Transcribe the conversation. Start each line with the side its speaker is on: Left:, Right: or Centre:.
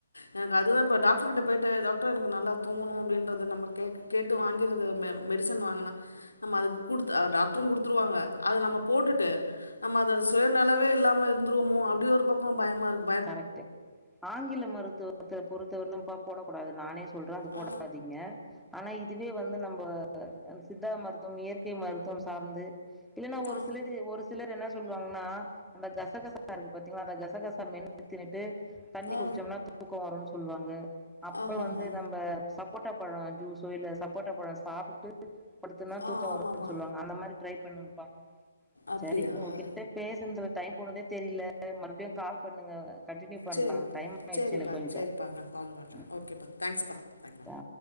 Left: எனக் அதுதா இப்ப டாக்டர் கிட்ட போயிட்டு டாக்டர் எனக்கு நல்லா தூங்குணு அப்டின்றத நம்ம கே கேட்டு வாங்கிறத மெ மெடிசன் வாங்கனா நம்ம அது குடுத் அ டாக்ட்ரு குடுத்துருவாங்க அத நம்ம போட்டுட்டு நம்ம அத சுயநலவே இல்லாம இர்ந்ருவமோ அப்டி ஒரு பக்கோ பயமாருக்
Centre: கரெக்ட்டு ஆங்கில மருத்துவத்த பொறுத்த வந்தும்பா போடக்கூடாது நானே சொல்ற அது போடாதீங்க
Left: ஆ
Centre: ஆனா இதுவே வந்து நம்ப அ சித்தா மருத்துவம் இயற்கை மருத்துவம் சார்ந்து இல்லேன்னா ஒரு
Left: ஆ
Centre: சிலது ஒரு திலர் என்னா சொல்லுவாங்னா அந்த கசகசா இருக்கு பாத்தீங்ளா அந்த கசகசா மென் தின்னுட்டு தண்ணி
Left: ஆ
Centre: குடிச்சோம்னா தூக்கோ வருன் சொல்வாங்க அப்றோ
Left: ஆஹா
Centre: வந்து நம்ம சப் போட்டா பழ ஜூஸோ இல்ல சப்போட்டா பழ சாப்புட்டு பாடுத்தன்னா தூக்க
Left: ஆ
Centre: வருன்
Left: ஆமாம்மா
Centre: சொல்வாங்க அந்த மாரி ட்ரை பண்ணுங்ப்பா
Left: அப்படியா
Centre: சரி உங்குகிட் டே பேசுன்துல டைம் போனதே தெரிய்ல மறுப்டியு கால் பண்ணுங்க கன்ட்டின்யூ பண்லா
Left: சரிப்பா
Centre: டைம் ஆயிர்ச்சு
Left: சரிப்பா
Centre: எனக் கொஞ்சோ
Left: சரிப்பா நான் கால் பண்ணுறேன்
Centre: அ
Left: ஓகேப்பா தேங்க்ஸ்ப்பா தேங்க்யூ
Centre: தா